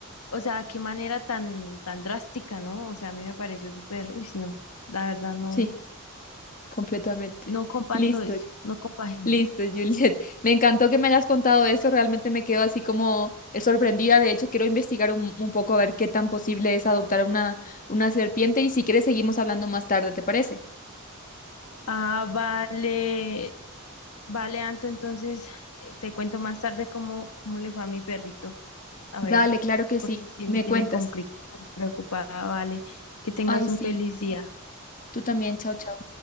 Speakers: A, on the left (about 85°); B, on the left (about 40°).
A: o sea, qué manera tan, tan drástica, ¿no? O sea, a mí me pareció súper, uy, no, la verdad no,
B: Sí. Completamente.
A: no
B: <laughs>
A: comparto
B: Listo,
A: eso, no compagino.
B: listo, Juliet. <laughs> Me encantó que me hayas contado eso. Realmente me quedo así como eh, sorprendida. De hecho, quiero investigar un, un poco a ver qué tan posible es adoptar una, una serpiente. Y si quieres, seguimos hablando más tarde, ¿te parece?
A: Ah, vale, vale, Anto, entonces eh, te cuento más tarde cómo, cómo le fue a mi perrito. A
B: Dale,
A: ver,
B: claro que
A: porque
B: sí.
A: sí
B: Me
A: me tiene
B: cuentas.
A: compli- preocupada, vale. Que tengas
B: Ay, sí.
A: un feliz día.
B: Tú también. Chao, chao.